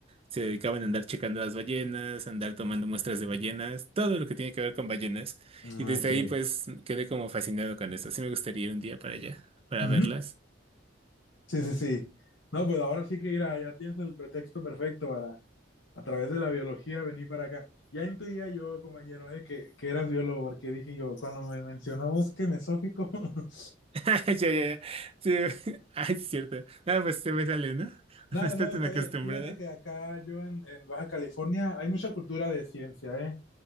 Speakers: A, on the right; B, on the left.
A: se dedicaban a andar checando las ballenas, a andar tomando muestras de ballenas, todo lo que tiene que ver con ballenas.
B: Ah,
A: Y desde
B: que.
A: ahí, pues, quedé como fascinado con esto. Sí me gustaría ir un día para allá, para
B: Ujú.
A: verlas.
B: Sí, sí, sí. No, pues ahora sí que mira, ya tienes el pretexto perfecto para, a través de la biología, venir para acá. Ya intuía yo, compañero, eh, que, que eras biólogo, porque dije yo, cuando me mencionó bosque mesófico. <laughs>
A: <laughs> Ya, ya, ya. Sí. <laughs> Ay, es cierto. Nada, pues se me sale, ¿no? <laughs>
B: No,
A: No estoy
B: no, no,
A: tan
B: está
A: acostumbrada.
B: bien. Fíjate que acá yo en, en Baja California hay mucha cultura de ciencia, ¿eh?